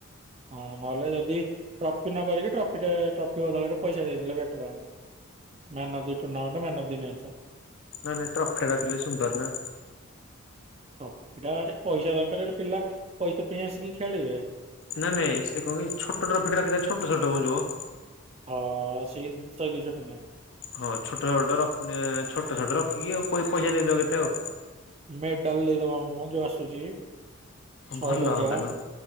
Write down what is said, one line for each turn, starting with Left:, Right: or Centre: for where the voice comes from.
Right: ହଁ ନହେଲେ ଯଦି ଟ୍ରଫି ନ କରିକି ଟ୍ରଫି ଟେ ଟ୍ରଫି ବଦଳରେ ପଇସା ଦେଇଦେଲେ ବେଟର ହନ୍ତା। Man of the tournament man of the match.
Left: ନାଇଁ ନାଇଁ ଟ୍ରଫେ ରଖିଲେ ସୁନ୍ଦର ନା।
Right: ଟ୍ରଫିଟାରେ ପଇସା ଦରକାର ରେ ପିଲା ପଇସା ପେଇଁ ଆସିକି ଖେଳିବେ।
Left: ନା ନାଇଁ ସେ କଣ କି ଛୋଟ ଟ୍ରଫି ଟେ ରଖି ଦବା ଛୋଟୋ ଛୋଟୋ ମ ଯୋଉମ।
Right: ହଁ ସେଇ ଶଏ ଦୁଇଶ ଟଙ୍କିଆ।
Left: ହଁ ଛୋଟ ଛୋଟ ରଖି ନେ ଛୋଟ ଛୋଟ ରଖିକି ଆଉ ପଇସା ଦେଇଦବ କେତେ ଆଉ।
Right: ମେଡାଲ ଦେଇଦବା ମ ଯୋଉ ଆସୁଛି। ଶଏ
Left: ଭଲ
Right: ଟଙ୍କିଆ
Left: ହନ୍ତା ନୁହଁ